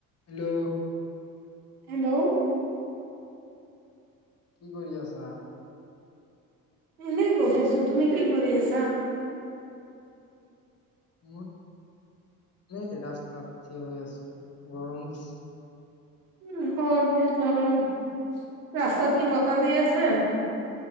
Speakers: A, on the left; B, on the right.
A: Hello
B: hello
A: কি কৰি আছা?
B: এনেই বহি আছোঁ, তুমি কি কৰি আছা?
A: মোৰ এই জেগা ৰাস্তাত থিয় হৈ আছোঁ গৰম দিছে।
B: উম, হয় বহুত গৰম ৰাস্তাত কি বতাহ দি আছে?